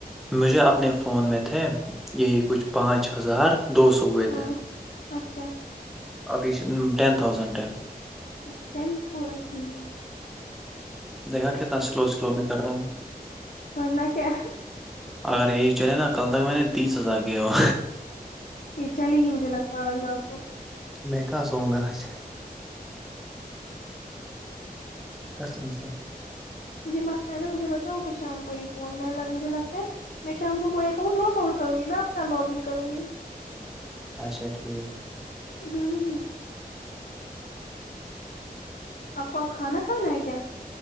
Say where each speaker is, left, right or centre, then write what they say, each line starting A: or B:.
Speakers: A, in the centre; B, on the left.
A: مجھے اپنے فون میں تھے یہی کچھ پانچ ہزار دو سو ہوئے
B: ہاں
A: تھے
B: اچھا
A: ابھی ٹین تھاؤزنڈٹائ <unintelligible>
B: اچھا ٹن تھازنڈ ٹھیک
A: دیکھا کتنا سلو سلو میں کر رہا ہوں
B: ورن کیا
A: اگر ای چلے نا کل تک میں نے تیس ہزار کیا ہو
B: یہ چلے گ مجھے لگتا ہے آج رات کو
A: میں کہاں سونگا آج قسم سے
B: مجھے مست ہے نا مجھے بتلا ہوگ شام کو یہ فون میں مجھے لگتا ہے میں شیمپو کو اکاؤنٹ لاگ آؤٹ کروں گی میں اپنا لاگ ان کروں گی
A: اچھا ٹھیک
B: ہوں آپ کو آب کھانا کھانا ہے کیا